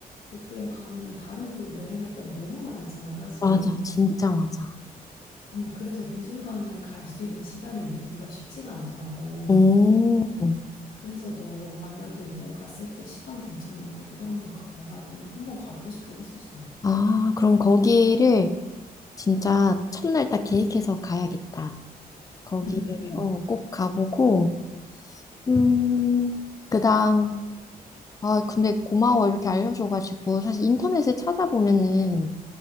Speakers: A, on the left; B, on the left.
A: 도쿄에 가면은 다른 곳 여행할 때가 너무 많잖아, 사실.
B: 맞아, 진짜 맞아.
A: 어, 그래서 미술관을 갈 수 있는 시간을 내기가 쉽지가 않더라고.
B: 음.
A: 그래서 너 만약에 일본 갔을 때 시간 괜찮으면 거기도 한번 가봐. 나도 한번 가보고 싶긴 했었어.
B: 아, 그럼 거기를 진짜 첫날 딱 계획해서 가야겠다. 거기를
A: 응, 응, 응.
B: 어, 꼭 가보고, 음, 그다음, 아, 근데 고마워. 이렇게 알려줘가지고. 사실 인터넷에 찾아보면은